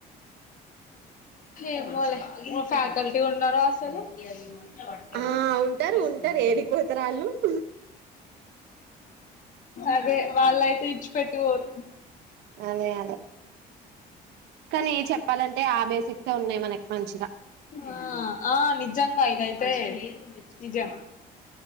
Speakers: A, on the left (about 50°); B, on the right (about 80°).
A: ఏమో లే మా ఫ్యాకల్టీ ఉన్నారో అసలు. వర్తే
B: ఆ
A: కదా
B: ఉంటారు
A: తీసుకుందాం
B: ఉంటారు
A: అని
B: ఏడికి
A: వెళ్ళిన
B: పోతారు ఆళ్ళు
A: అదే. వలైతే విడిచి పెట్టిపోరు
B: అదే అదే కానీ చెప్పాలంటే ఆ బేసిక్స్ ఉన్నాయ్ మనక్ మంచిగా
A: ఆ ఆ నిజంగా ఇదైతే నిజం